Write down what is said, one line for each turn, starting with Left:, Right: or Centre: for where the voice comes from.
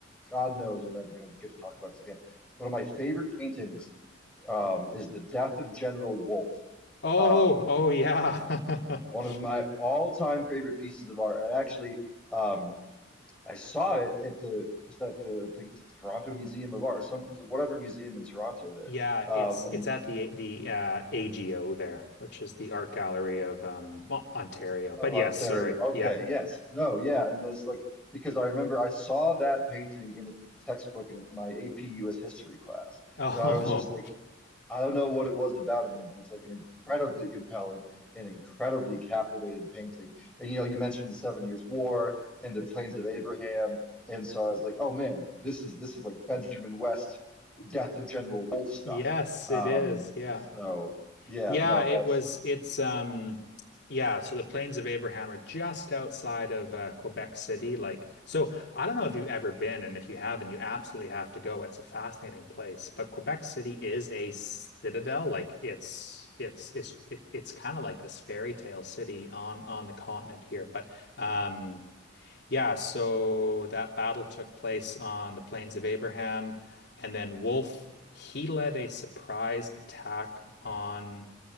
Centre: God knows, I'm never going to get to talk about this again. One of my favorite paintings um, is The Death of General Wolfe.
Left: Oh,
Centre: Um,
Left: oh yeah. <laughs>
Centre: one of my all-time favorite pieces of art. And I actually. um, I saw it at the was that the I think Toronto Museum of Art, some whatever museum in Toronto there,
Left: Yeah,
Centre: um,
Left: it's
Centre: in
Left: it's at the the uh AGO there, which is the art gallery of um well Ontario. But
Centre: of Ontario.
Left: yes, sorry. Yeah.
Centre: Okay, yes, no, yeah, and it's like because I remember I saw that painting in a textbook in my AP US history class,
Left: Oh,
Centre: and I was just like, I don't know what it was about it, man, but it's like an incredibly compelling and incredibly captivating painting. And you know, you mentioned the Seven Years' War and the Plains of Abraham, and so I was like, oh man, this is this is like Benjamin West, Death of General Wolfe
Left: <laughs>
Centre: stuff.
Left: yes,
Centre: Um,
Left: it is. Yeah.
Centre: so yeah,
Left: Yeah,
Centre: no,
Left: it
Centre: that's
Left: was it's um yeah, so the Plains of Abraham are just outside of uh, Quebec City. Like so I don't know if you've ever been, and if you haven't, you absolutely have to go. It's a fascinating place. But Quebec City is a citadel. Like it's it's it's it, it's kind of like this fairy tale city on on the continent here. But um yeah, so that battle took place on the Plains of Abraham, and then Wolfe, he led a surprise attack on